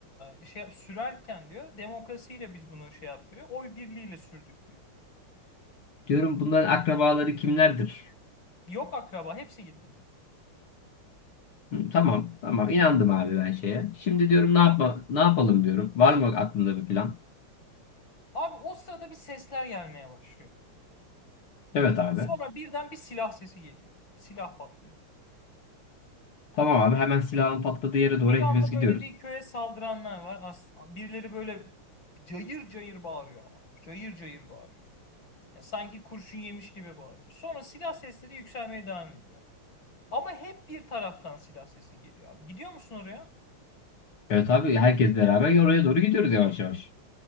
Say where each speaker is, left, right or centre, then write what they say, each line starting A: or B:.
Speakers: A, on the left; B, on the left.
A: e, şey sürerken diyor demokrasiyle biz bunu şey yapıyor. Oy birliğiyle sürdük diyor.
B: Diyorum bunların akrabaları kimlerdir?
A: Yok akraba hepsi gitti diyor.
B: Hı, Tamam, tamam. İnandım abi ben şeye. Şimdi diyorum
A: Tamam.
B: ne yapma, ne yapalım diyorum. Var mı aklında bir plan?
A: Abi o sırada bir sesler gelmeye başlıyor.
B: Evet abi.
A: Sonra birden bir silah sesi geliyor. Silah patlıyor.
B: Tamam abi hemen silahın patladığı yere
A: Bir
B: doğru hepimiz
A: anda
B: gidiyoruz.
A: böyle bir köye saldıranlar var. As birileri böyle cayır cayır bağırıyor ama. Cayır cayır bağırıyor. Ya sanki kurşun yemiş gibi bağırıyor. Sonra silah sesleri yükselmeye devam ediyor. Ama hep bir taraftan silah sesi geliyor abi. Gidiyor musun oraya?
B: Evet abi herkes beraber oraya doğru gidiyoruz yavaş yavaş.